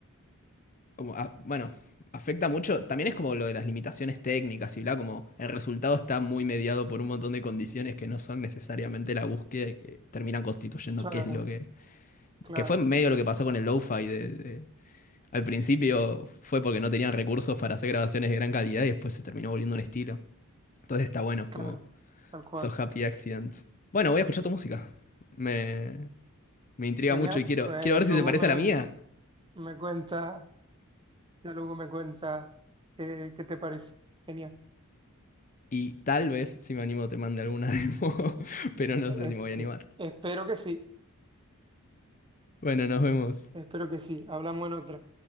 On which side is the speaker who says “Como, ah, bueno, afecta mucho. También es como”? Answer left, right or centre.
Left